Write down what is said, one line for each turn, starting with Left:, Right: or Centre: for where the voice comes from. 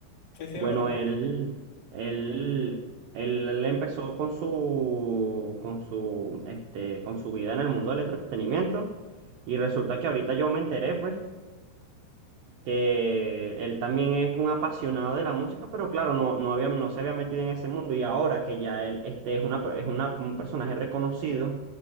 Left: Sí, sí,
Right: Bueno,
Left: lo conozco.
Right: él, él, él, él empezó con su, con su, este, con su vida en el mundo del entretenimiento y resulta que ahorita yo me enteré, pues, que él también es un apasionado de la música, pero claro, no, no había, no se había metido en ese mundo y ahora que ya él, este, es una, per- es una- un personaje reconocido,